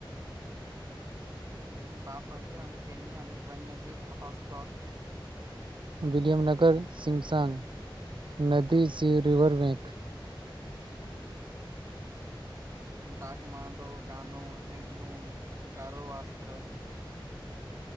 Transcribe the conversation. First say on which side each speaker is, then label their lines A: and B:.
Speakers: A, on the right (about 40°); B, on the right (about 70°).
A: बापक्रम केनियन वन्यजीव हॉसपस
B: विलियम नगर सिमसांग नदी स रिवर बैंक
A: <inaudible> दाक माडो गानो हैंडलूम गारो वस्त्र